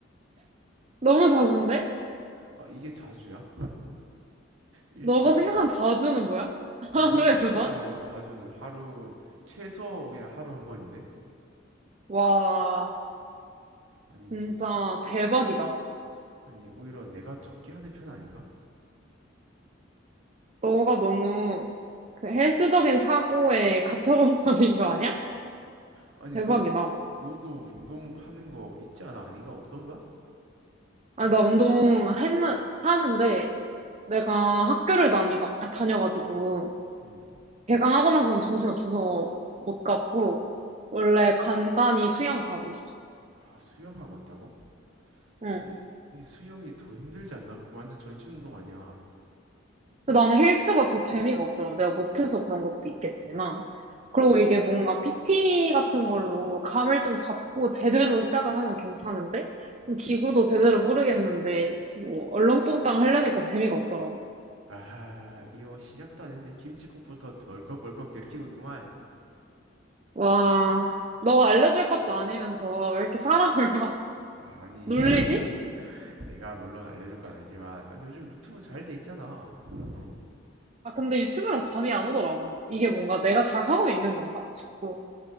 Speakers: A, on the right; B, on the right.
A: 너무 자주인데?
B: 아 이게 자주야? 일주일
A: 너가 생각한 자주는 뭐야? <laughs>
B: 내가
A: 하루에
B: 생각하는
A: 두 번?
B: 자주는 하루 최소 그냥 하루 한 번인데?
A: 와,
B: 아니
A: 진짜
B: 진,
A: 대박이다.
B: 아니 오히려 내가 적게 하는 편 아닌가?
A: 너가 너무 그 헬스적인 사고에 갇혀버린 거 아니야?
B: 아니
A: 대박이다.
B: 너 너도 운동하는 거 있지 않아? 아닌가? 없던가?
A: 아, 나 운동 했는, 하는데 내가 학교를 다니가, 아, 다녀가지고
B: 음.
A: 개강하고 나서는 정신없어서 못 갔고 원래 간간히 수영 가고 있어.
B: 아, 수영하고 있다고?
A: 응.
B: 아니 아니 수영이 더 힘들지 않나? 그거 완전 전신 운동 아니야.
A: 근데 나는 헬스가 더 재미가 없더라고. 내가 못해서 그런 것도 있겠지만. 그리고 이게 뭔가 PT 같은 걸로 감을 좀 잡고 제대로 시작을 하면 괜찮은데? 기구도 제대로 모르겠는데, 뭐, 얼렁뚱땅 하려니까 재미가 없더라고.
B: 아하, 이거 시작도 안 했는데 김칫국부터 덜컥벌컥 들이키고 있구만.
A: 와, 너가 알려줄 것도 아니면서 왜 이렇게 사람을 <laughs> 막
B: 아니,
A: 놀리지?
B: <laughs> 내가 물론 알려줄 건 아니지만, 아니 요즘 유튜브 잘 돼 있잖아. 어?
A: 아, 근데 유튜브랑 감이 안 오더라고. 이게 뭔가 내가 잘하고 있는 건가 싶고.